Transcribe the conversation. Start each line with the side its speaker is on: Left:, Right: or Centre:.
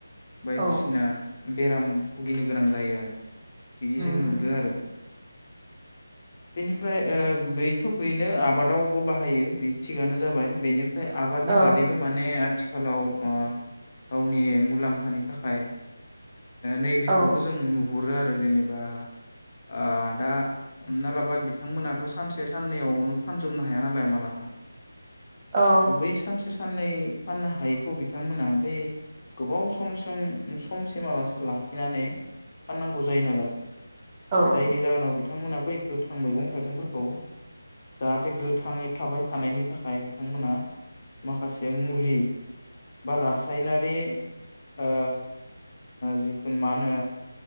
Left: बायदिसिना
Right: औ
Left: बेराम भुगिनो गोनां जायो आरो बिदि जों
Right: उम
Left: नुदों आरो बेनिफ्राय ओ बैथ बेनो आबादावबो बाहायो बे थिगानो जाबाय बेनि ओमफ्राय आबादनि
Right: औ
Left: बादैबो माने आथिखालाव ओ गावनि मुलाम्फानि थाखाय नैबे
Right: औ
Left: खौबो जों नु हरो आरो जेनेबा आ दा हमना लाबाय बिथांमोनाथ सान्से सानसे साननैआवनो फानजोबनो हाया नालाय मालाबा
Right: औ
Left: बै सानसे साननै फाननो हायैखौ बिथांमोना बे गोबाव समसिम समसिमालासि लाखिनानै फाननांगौ जायो नालाय
Right: औ
Left: जायनि जाहोनाव बिथांमोना बै गोथां मैगं थाइगंफोरखौ जाहाथे गोथाङै थाबाय थानायनि थाखाय बिथांमोना माखासे मुलि बा <unintelligible> <unintelligible> नारि ओ जिखुनु मा होनो